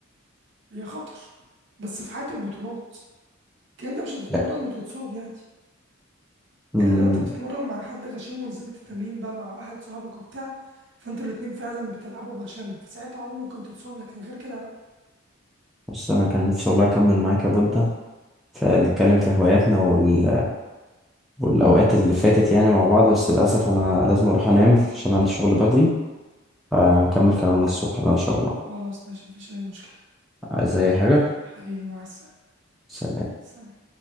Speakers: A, on the right; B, in the centre.
A: هي خطر بس في حياة البطولات كان انت مش هتتمرن
B: لا
A: وتتصاب يعني
B: مم،
A: الا لو انت بتتمرن مع حد غشيم ونزلت التمرين بقى مع واحد صاحبك وبتاع فانتوا الاتنين فعلا بتلعبوا بغشامة فساعتها اه ممكن تتصاب لكن غير كده لا
B: بص انا كان نفسي والله اكمل معاك يا بودة فنتكلم في هواياتنا وال... والاوقات اللي فاتت يعني مع بعض بس للاسف انا لازم اروح انام عشان عندي شغل بدري فنكمل كلامنا الصبح بقى ان شاء الله
A: خلاص ماشي مفيش اي مشكلة
B: عايز اي حاجة
A: حبيبي مع السلامة
B: سلام
A: سلام.